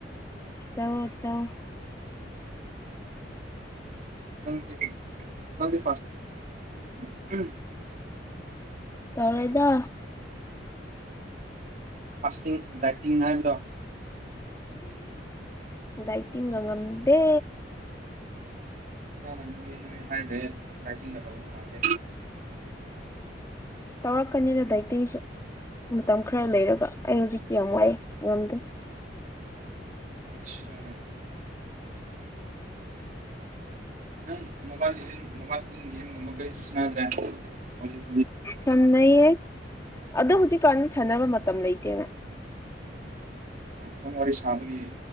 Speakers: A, on the left (about 15°); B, on the right (about 45°).
A: ꯆꯥꯎ ꯆꯥꯎ
B: ꯅꯪꯗꯤ ꯅꯪꯗꯤ <unintelligible> <unintelligible>
A: ꯇꯧꯔꯣꯢꯗ
B: ꯐꯥꯁꯇꯤꯡ ꯗꯥꯏꯇꯤꯡ ꯍꯥꯏꯕꯗꯣ
A: ꯗꯥꯏꯗꯤꯡꯒ ꯉꯝꯗꯦ
B: ꯏꯁꯥꯅ ꯅꯣꯏ ꯅꯣꯏ ꯍꯥꯏꯔ ꯂꯩꯌꯦ ꯗꯥꯏꯇꯤꯡꯒ ꯇꯧꯗꯧ ꯃꯥꯟꯗꯦ
A: ꯇꯧꯔꯛꯀꯅꯤꯗ ꯗꯥꯏꯇꯤꯡꯁꯨ ꯃꯇ ꯝ ꯈꯔ ꯂꯩꯔꯒ ꯑꯩ ꯍꯧꯖꯤꯛꯇꯤ ꯌꯥꯝ ꯋꯥꯏꯑꯦ ꯉꯝꯗꯦ
B: ꯑꯠꯆꯥ ꯅꯪ ꯃꯣꯕꯥꯜ ꯂꯤꯖꯦꯟ ꯃꯣꯕꯥꯜ <unintelligible> <unintelligible> ꯍꯧꯖꯤꯛ
A: ꯁꯥꯟꯅꯩꯌꯦ ꯑꯗꯣ ꯍꯧꯖꯤꯛꯀꯥꯟ ꯁꯥꯟꯅꯕ ꯃꯇꯝ ꯂꯩꯇꯦꯗ
B: ꯐꯣꯟ ꯋꯥꯔꯤ ꯁꯥꯕꯒꯤ